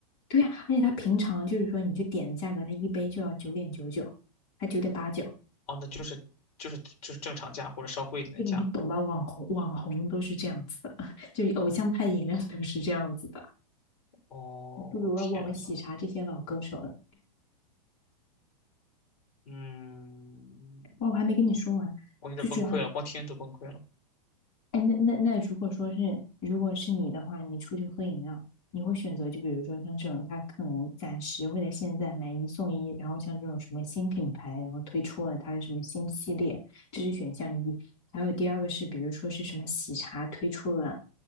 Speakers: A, on the left; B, on the left.
A: 对呀、啊而且它平常就是说你去点的价格，它一杯就要九点九九，还九点八九，
B: 哦，那就是就是就是正常价或者稍贵一点的价。
A: 就你懂吧？网红网红都是这样子的，<laughs> 就偶像派饮料都是这样子的。
B: 哦，
A: 不如我们喜茶这些老歌手了。
B: 天呐，嗯，
A: 哇，我还没跟你说完，
B: 我有点崩溃了，
A: 最主要
B: 光听都崩溃了。
A: 哎，那那那，如果说是如果是你的话，你出去喝饮料，你会选择就比如说像这种，它可能暂时会在现在买一送一，然后像这种什么新品牌，然后推出了它的什么新系列，这是选项一。还有第二个是，比如说是什么喜茶推出了